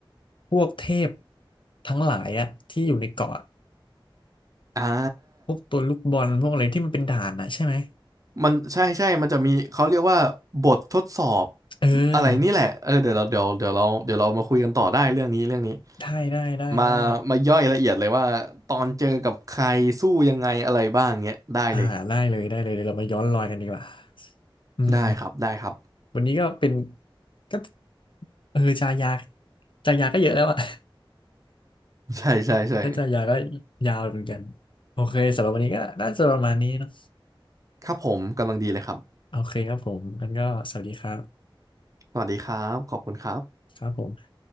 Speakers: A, on the left; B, on the right.
A: พวกเทพทั้งหลายอ่ะที่อยู่ในเกาะอะ
B: อ่า
A: พวกตัวลูกบอลพวกอะไรที่มันเป็นด่านอ่ะใช่ไหม
B: มันใช่ใช่มันจะมีเขาเรียกว่าบททดสอบ
A: เอ
B: อะไรนี่แหละเออเดี๋ยวเราเดี๋ยวเดี๋ยวเราเดี๋ยวเรามาคุยกันต่อได้เรื่องนี้เรื่องนี้
A: อได้ได้ได้ได้
B: มามาย่อยละเอียดเลยว่าตอนเจอกับใครสู้ยังไงอะไรบ้างเงี้ยได้เลย
A: อ่าได้เลยได้เลยเดี๋ยวเรามาย้อนรอยกันดีกว่าอืม
B: ได้ครับได้ครับ
A: วันนี้ก็เป็นก็เออชายาชายาก็เยอะแล้วอะ <laughs>
B: ใช่ใช่ใช่
A: ถ้าชายาก็ยาวเหมือนกันโอเคสำหรับวันนี้ก็น่าจะประมาณนี้เนาะ
B: ครับผมกำลังดีเลยครับ
A: โอเคครับผมงั้นก็สวัสดีครับ
B: สวัสดีครับ ขอบคุณครับ
A: ครับผม